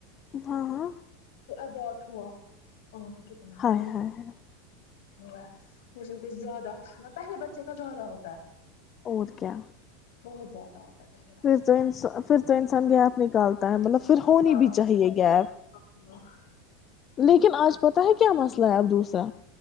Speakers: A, on the left; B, on the left.
A: ہاں ہاں
B: ابوٹ ہوا ا ہم کتنا ہ
A: ہائے
B: رو
A: ہائے
B: ہے ک کچھ زیادہ تھا نا پہلے بچے کا زیادہ ہوتا ہے
A: اور کیا
B: بہت زیادہ ہوتا ہے پہلے بچے
A: پھر تو انسان پھر تو انسان گیپ نکالتا ہے مطلب پھر ہونی
B: ہاں
A: بھی چاہیے گیپ
B: <unintelligible>
A: لیکن آج پتاہ ہے کیا مسئلہ ہے آب دوسرا